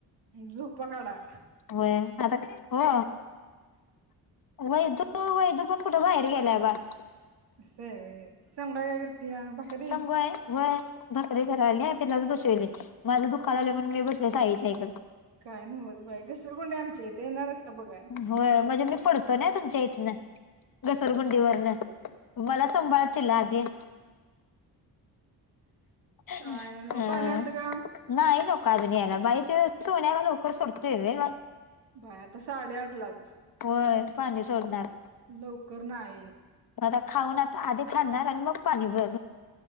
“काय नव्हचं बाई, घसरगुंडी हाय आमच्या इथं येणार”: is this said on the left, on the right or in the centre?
Right